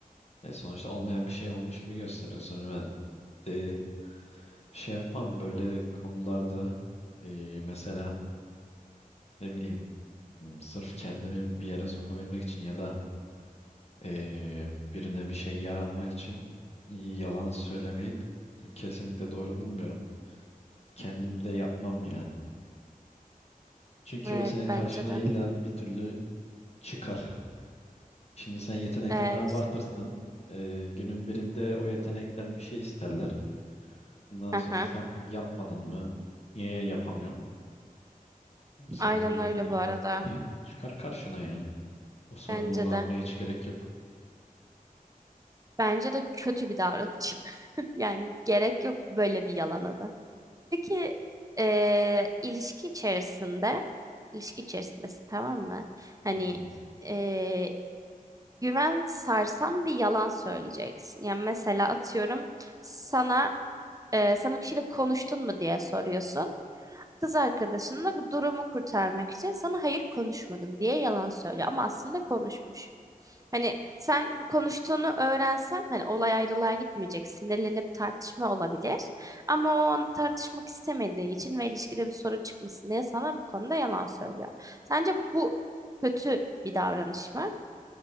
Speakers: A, on the left; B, on the right.
A: e, sonuçta olmayan bir şey olmuş gibi gösteriyorsun. Ben e, şey yapmam böyle konularda e, mesela ne bileyim m, sırf kendimi bir yere sokabilmek için ya da e, birine bir şey yaranmak için e, yalan söylemeyi kesinlikle doğru bulmuyorum. Kendim de yapmam yani. Çünkü
B: Evet
A: o senin karşına
B: bence de.
A: illa bir türlü çıkar. Şimdi sen yetenekte
B: Evet.
A: ne abartırsan e, günün birinde o yetenekten bir şey isterler. Bundan
B: Aha.
A: sonra sen bunu yapmadın mı? Niye yapamıyorsun? Senin
B: Aynen
A: bu yeteneğin
B: öyle bu arada.
A: yok mu diye çıkar karşına yani. O sorumluluğu
B: Bence
A: almaya
B: de.
A: hiç gerek yok.
B: Bence de kötü bir davranış. <laughs> Yani gerek yok böyle bir yalana da. Peki eee, ilişki içerisinde ilişki içerisindesin tamam mı? Hani
A: Hı hı.
B: eee, güven sarsan bir yalan söyleyeceksin. Yani mesela atıyorum sana eee sen o kişiyle konuştun mu diye soruyorsun kız arkadaşınla bu durumu kurtarmak için sana hayır konuşmadım diye yalan söylüyor ama aslında konuşmuş. Hani sen bu konuştuğunu öğrensen hani olay ayrılığa gitmeyecek, sinirlenip tartışma olabilir. Ama o an tartışmak istemediği için ve ilişkide bir sorun çıkmasın diye sana bu konuda yalan söylüyor. Sence bu kötü bir davranış mı?